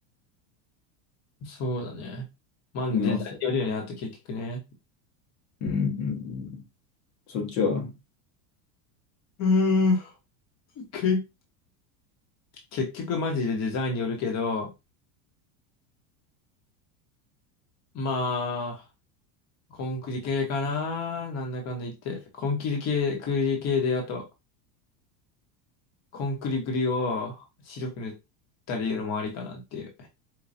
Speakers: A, on the left; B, on the left.
A: そうだね。まあ、
B: 見直せ。
A: デザインによるよね、あと結局ね。
B: うんうんうん。そっちは。
A: うーん。<laughs> け、結局マジでデザインによるけど、まあ、コンクリ系かな、なんだかんだ言って。コンクリ系、クリ系で、あと、コンクリグリを白く塗ったりのもありかなっていう。